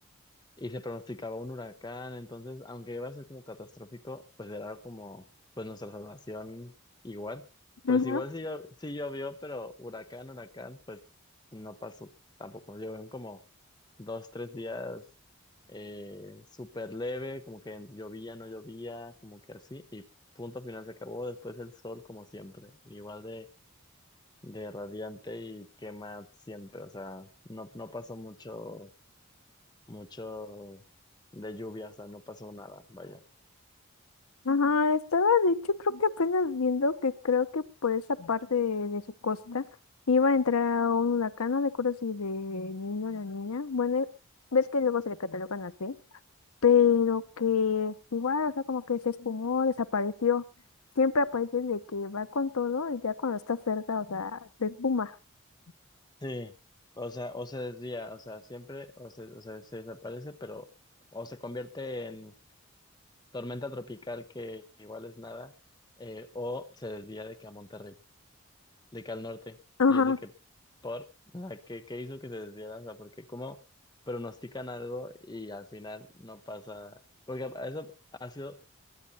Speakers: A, on the left (about 20°); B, on the left (about 80°).
A: y se pronosticaba un huracán, entonces, aunque iba a ser como catastrófico, pues era como, pues nuestra salvación igual. Pues
B: Ajá,
A: igual sí, llo- sí llovió, pero huracán, huracán, pues no pasó tampoco. Llovieron como dos, tres días eh, súper leve, como que llovía, no llovía, como que así, y punto final se acabó. Después el sol, como siempre, igual de, de radiante y quema siempre, o sea, no, no pasó mucho mucho de lluvia, o sea, no pasó nada, vaya.
B: ajá, estaba de hecho creo que apenas viendo que creo que por esa parte de, de su costa iba a entrar un huracán, no recuerdo si de niño o la niña, bueno, ves que luego se le catalogan así. pero que igual, o sea, como que se esfumó, desapareció. Siempre aparece de que va con todo y ya cuando está cerca, o sea, se esfuma <laughs>
A: Sí, O sea, o se desvía, o sea, siempre, o se, o sea, se desaparece, pero o se convierte en tormenta tropical que igual es nada, eh, o se desvía de que a Monterrey, de que al norte.
B: Ajá,
A: Y es de que, por, o sea, ¿qué, qué hizo que se desviara? O sea, porque como pronostican algo y al final no pasa, porque eso ha sido